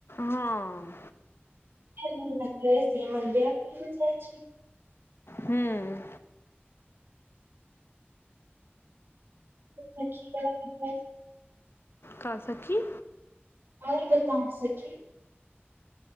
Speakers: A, on the left; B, on the right.
A: हाँ।
B: गरमी मे कहै छीये मन व्याकुल हो जाय छै।
A: ह्म्म।
B: त सखी रात भर
A: का सखी।
B: और बताओ सखी।